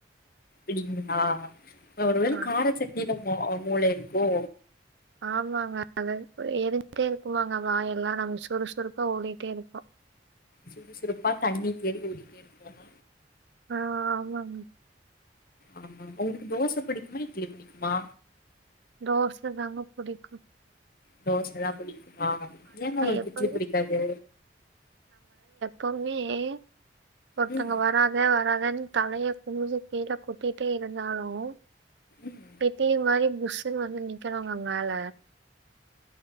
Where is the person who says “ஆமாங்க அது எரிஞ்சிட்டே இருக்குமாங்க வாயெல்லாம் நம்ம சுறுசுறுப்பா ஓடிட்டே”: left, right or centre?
Right